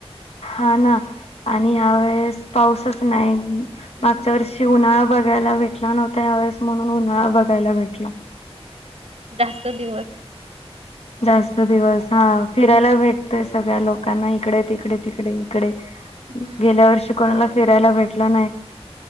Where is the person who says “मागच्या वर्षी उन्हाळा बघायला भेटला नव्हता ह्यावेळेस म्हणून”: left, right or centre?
Left